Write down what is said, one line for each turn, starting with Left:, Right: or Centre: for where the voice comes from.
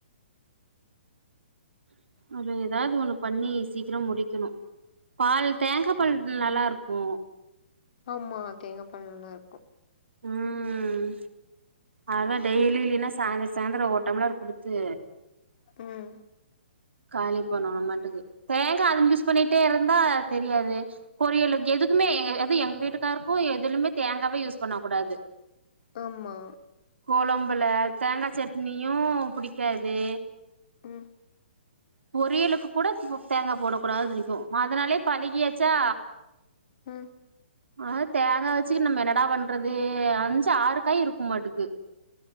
Right: ஒரு ஏதாவது ஒண்ணு பண்ணி சீக்கிரம் முடிக்கணு பால் தேங்கா பால் நல்லா இருக்கு
Left: ஆமா தேங்கா பால் நல்ல இருக்கு
Right: ம் ம் அதா டெய்லி இல்லீன்னா சாய்ந்தரோ சாயந்தரோ ஒரு டம்ளர் குடுத்து
Left: ம்
Right: காலி பண்ணோனுமாட்டு இருக்கு தேங்க அது யூஸ் பண்ணிட்டே இருந்தா தெரியாது பொரியலுக்கு எ துக்குமே எ அது எங்க வீட்டுக்காருக்கு எதுலுமே தேங்காவே யூஸ் பண்ண கூடாது
Left: ஆமா
Right: கொழம்புல தேங்கா சட்னியும் புடிக்காது
Left: ம்
Right: பொரியலுக்கு கூட தேங்கா போடக்க கூடாது வந்துநிக்கோ அதனாலே பழகியாச்சா
Left: ம்
Right: அத தேங்கா வெச்சுகிட்டு நம்ம என்னடா பண்றது அஞ்சு ஆறுக்காய் இருக்குமாட்டுக்கு